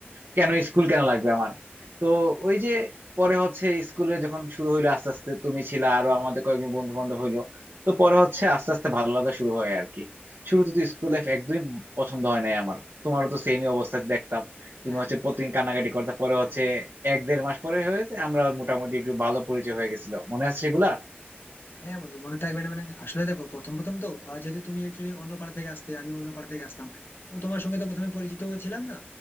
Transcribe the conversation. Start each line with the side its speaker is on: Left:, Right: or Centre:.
Right: কেন স্কুল কেন লাগবে আমার তো ওই যে পরে হচ্ছে স্কুলে যখন শুরু হইলো আস্তে আস্তে তুমি ছিলা আরো আমাদের কয়েকজন বন্ধু বান্ধব হইলো তো পরে হচ্ছে আস্তে আস্তে ভালো লাগা শুরু হয় আর কি শুরুতে তো স্কুল লাইফ একদমই পছন্দ হয় নাই আমার তোমারও তো সেমই অবস্থা দেখতাম তুমি
Left: হ্যাঁ
Right: হচ্ছে প্রতিদিন কান্নাকাটি করতে পরে হচ্ছে এক দেড় মাস পরে হয়েছে আমরা মোটামুটি একটু ভালো পরিচয় হয়ে গেছিল মনে আছে সেগুলা
Left: হ্যাঁ বন্ধু মনে থাকবে না মানে আসলে দেখো প্রথম প্রথম তো আহ, যেহেতু তুমি একচুয়ালি অন্য পাড়া থেকে আসতে আমি অন্য পাড়া থেকে আসতাম তো তোমার সঙ্গে তো প্রথমে পরিচিত ছিলাম না